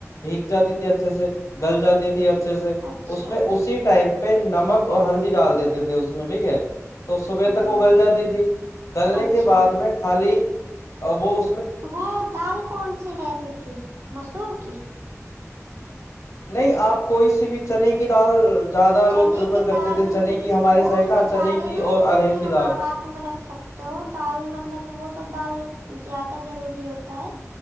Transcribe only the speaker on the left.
بھیگ جاتی تھی اچھے سے گل جاتی تھی اچھے سے
میں اسی ٹائم نمک اور ہلدی ڈال دیتے تھے اس میں ٹھیک ہے تو صبح
تک وہ گل جاتی تھی گلنے
کے بعد میں خالی ا وہو
نہیں آپ کوئی سی بھی چنے کی دال زیادہ لوگ
پریفر
کرتے
تھے چنے کی ہمارے
سائڈ نا
چنے
کی
اور
ارہر کی
دال